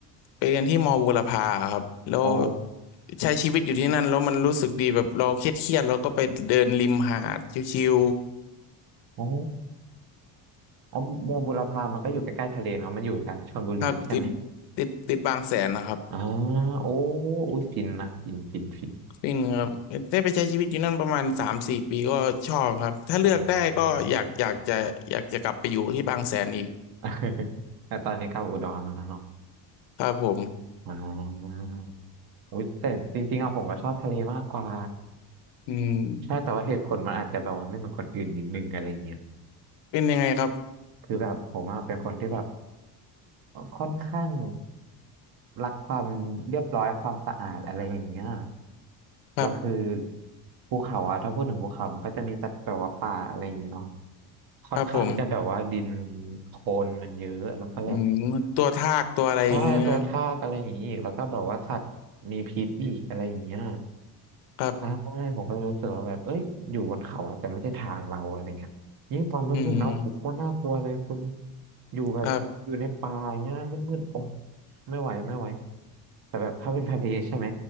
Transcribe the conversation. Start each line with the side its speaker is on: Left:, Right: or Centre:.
Left: ไปเรียนที่มอบูรพาครับแล้ว
Right: อ๋อ
Left: ใช้ชีวิตอยู่ที่นั่นแล้วมันรู้สึกดีแบบเราเครียดเครียดแล้วก็ไปเดินริมหาดชิว
Right: อ๋ออ๋อโมบุรพามันก็อยู่ใกล้ๆทะเลเนาะมันอยู่นะชลบุรีใช่ไหม
Left: ๆครับติดติดติดบางแสนนะครับ
Right: อ่าโอ้อุยฟินนะฟินฟินฟิน
Left: ฟินครับได้ไปใช้ชีวิตอยู่นั่นประมาณสามสี่ปีก็ชอบครับถ้าเลือกได้ก็อยากอยากจะอยากจะกลับไปอยู่ที่บางแสนอีก
Right: อืม <laughs> แต่ตอนนี้กลับอุดรแล้วนะเนาะ
Left: ครับผม
Right: อ่าอุยแต่จริงๆอะผมก็ชอบทะเลมากกว่า
Left: อืม
Right: ใช่แต่ว่าเหตุผลมันอาจจะแบบว่าไม่เหมือนคนอื่นนิดนึงอะไรเงี้ย
Left: เป็นยังไงครับ
Right: คือแบบผมอะเป็นคนที่แบบ ค่อนข้างรักความเรียบร้อยความสะอาดอะไรอย่างเงี้ย
Left: ครับ
Right: แล้วคือภูเขาอะถ้าพูดถึงภูเขามันก็จะมีแต่แบบว่าป่าอะไรอย่างเงี้ยเนาะค่อนข้างที่จะแบบว่าดิน
Left: ครับผม
Right: โคลนมันเยอะแล้วก็แบบ
Left: อืมตัวทากตัวอะไรอย่างเงี้ย
Right: ใช่ตัวทากอะไรอย่างงี้อีกแล้วก็แบบว่าสัตว์มีพิษอีกอะไรอย่างเงี้ย
Left: ครับ
Right: ใช่ผมก็เลยรู้สึกว่าแบบเอ้ยอยู่บนเขาอะแต่ไม่ใช่ทางเราอะไรเงี้ยยิ่งตอนมืดๆเนาะโอ้โหโคตรน่ากลัวเลยคุณ
Left: อืม
Right: อยู่แบบอยู่ในป่าอย่างเงี้ยมืดๆโอ้
Left: ครับ
Right: ไม่ไหวไม่ไหวแต่แบบถ้าเป็นทะเลใช่ไหม